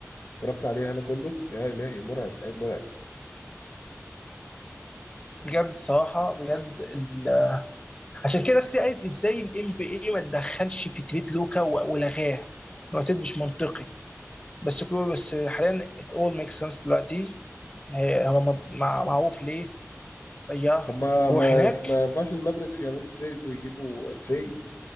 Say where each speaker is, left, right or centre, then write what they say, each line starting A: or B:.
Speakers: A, on the left; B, on the left.
A: اتفرجت عليه انا كله يا الهي مرعب لعيب مرعب
B: بجد صراحه بجد ال... عشان كده ناس كتير قالت ازاي الام بي اي ما تدخلش في تريت لوكا و- ولغاه الوقتين مش منطقي بس كله بس حاليا it all makes sense دلوقتي هي- هو م- مع- معروف ليه يا
A: طب ما
B: روح
A: ما
B: هناك
A: ما ينفعش المافريكس يعملوا تريد ويجيبوا تري